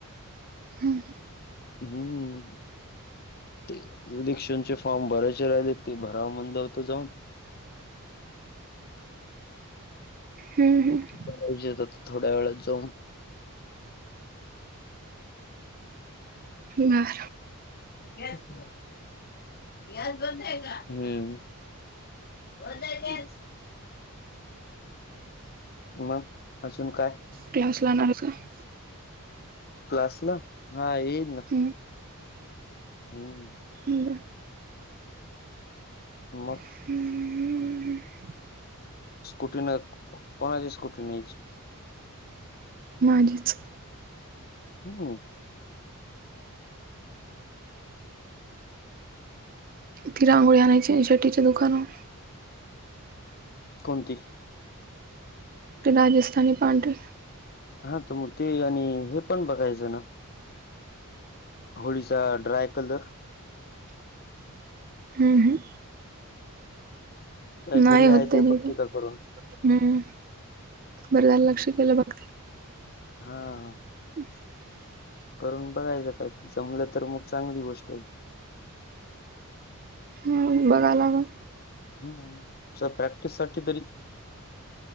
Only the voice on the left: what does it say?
हम्म. ते उदिक्शनचे फॉर्म भरायचे राहिले ते भराव म्हणलं होत जाऊन.
<inaudible> भरायजेयेत थोड्या वेळात जाऊन.
<unintelligible> हम्म. मग अजून काय?
क्लासला हा येईल ना.
हम्म
मग
स्कूटीन कोणाची स्कूटी न्यायची.
हम्म.
कोणती?
हा तुम्ही ते आणि हे पण बघायचं ना होळीचा ड्राय कलर
काय
घरी
आहे
का
<unintelligible> करून.
हम्म.
हा.
करून बघायचं काय जमलं तर मग चांगली गोष्ट आहे
हम्म. <unintelligible> तेज्यासाठी तरी